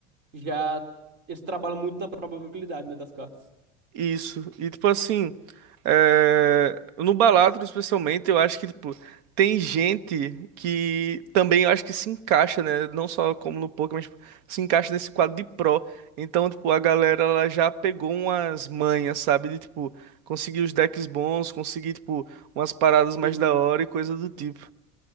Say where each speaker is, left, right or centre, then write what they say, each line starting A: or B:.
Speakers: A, on the right; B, on the right.
A: já. Eles trabalham muito na probabilidade, né, das cartas.
B: Isso. E tipo assim, é, no Balatro especialmente, eu acho que tipo tem gente que também eu acho que se encaixa, né? Não só como no poker, mas tipo, se encaixa nesse quadro de pro. Então, tipo, a galera ela já pegou umas manhas, sabe? De tipo conseguir os decks bons, conseguir tipo umas paradas mais
A: Sim.
B: da hora e coisa do tipo.